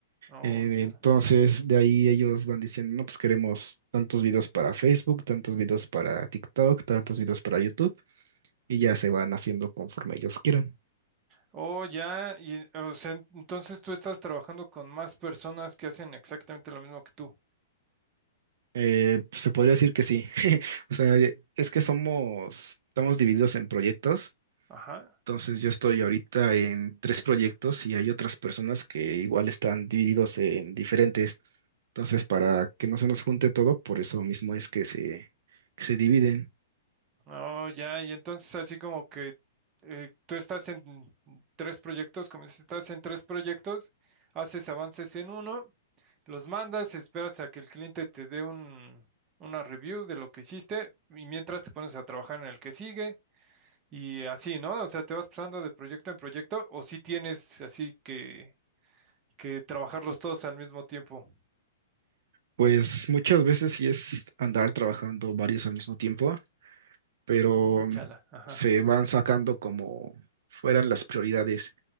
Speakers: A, on the right; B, on the right.
A: Oh,
B: Eh,
A: ya.
B: entonces, de ahí ellos van diciendo, no, pues queremos tantos videos para Facebook, tantos videos para TikTok, tantos videos para YouTube, y ya se van haciendo conforme ellos quieran.
A: Oh, ya. Y, o sea, entonces tú estás trabajando con más personas que hacen exactamente lo mismo que tú.
B: Eh, pues, se podría decir que sí. <laughs> O sea, es que somos, estamos divididos en proyectos
A: Ajá.
B: Entonces yo estoy ahorita en tres proyectos y hay otras personas que igual están divididos en diferentes. Entonces para que no se nos junte todo, por eso mismo es que se, que se dividen.
A: Oh, ya. Y entonces así como que eh, tú estás en tres proyectos, como dices, estás en tres proyectos, haces avances en uno, los mandas, esperas a que el cliente te dé un, una review de lo que hiciste y mientras te pones a trabajar en el que sigue. Y así, ¿no? O sea, te vas pasando de proyecto en proyecto, o si tienes así que, que trabajarlos todos al mismo tiempo.
B: Pues muchas veces sí es andar trabajando varios al mismo tiempo, pero
A: Mm,
B: mm,
A: Chala, ajá.
B: se van sacando como fueran las prioridades.